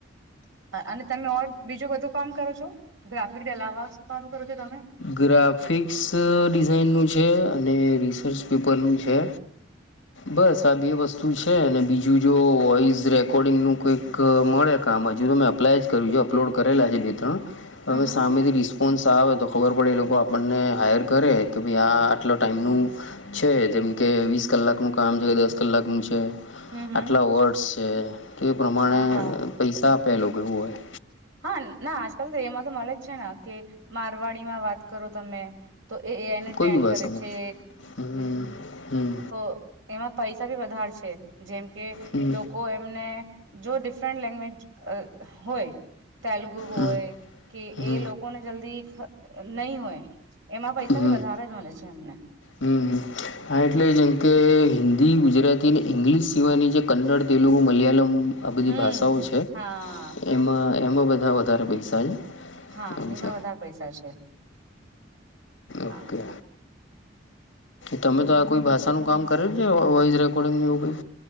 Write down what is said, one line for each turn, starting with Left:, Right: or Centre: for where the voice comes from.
Right: અને તમે ઓર બીજું બધું કામ કરો છો ગ્રાફિક દેલાવા શું કામ કરો છો તમે
Left: ગ્રાફિક્સ ડિઝાઇનનું છે, અને રિસર્ચ પેપરનું છે. બસ આ બે વસ્તુ છે, અને બીજું જો વોઈસ રેકોર્ડિંગનું કઈક મળે આમ હજુ તો મેં અપ્લાય જ કર્યું છે, અપલોડ કરેલા છે, બે ત્રણ
Right: હમ
Left: અવે
Right: હમ
Left: સામેથી રિસ્પોન્સ આવે તો ખબર પડે એ લોકો આપણને હાયર કરે કે ભાઈ આ આટલો ટાઈમનું છે, જેમકે વીસ કલાકનું કામ છે, કે દસ કલાકનું છે.
Right: હમ હમ
Left: આટલા વર્ડસ છે, કે એ પ્રમાણે
Right: હા હા
Left: પૈસા આપેલો કેવું હોય
Right: હા ના આજકાલ તો એમાં તો મળે જ છે ને, કે મારવાડીમાં વાત કરો તમે તો એ એઆઈને ટ્રેન્ડ
Left: કોઈ બી ભાષામાં
Right: કરે છે.
Left: હમ હમ
Right: તો એમાં પૈસા ભી વધારે છે. જેમ કે
Left: હમ
Right: લોકો એમને જો ડિફરન્ટ લેંગ્વેજ અ હોય તેલગુ હોય
Left: હમ
Right: કે
Left: હમ હમ
Right: એ લોકોને જલ્દી નહી હોય એમાં પૈસા
Left: હમ
Right: ભી વધારે જ મળે છે, એમને
Left: હમ હા એટલે જેમ કે હિ ન્દી ગુજરાતીને ઇંગ્લિશ સિવાયની જે કન્નડ, તેલુગુ, મલયાલમ આ બધી
Right: હમ
Left: ભાષાઓ છે,
Right: હા
Left: એમાં એમાં બધા વધારે પૈસા છે.
Right: હા
Left: એમ
Right: એમાં
Left: છે.
Right: વધારે પૈસા છે. હા
Left: ઓકે. તમે તો આ કોઈ ભાષાનું કામ કરેલુ છે, વોઈસ રેકોર્ડિંગ એવું કંઈ?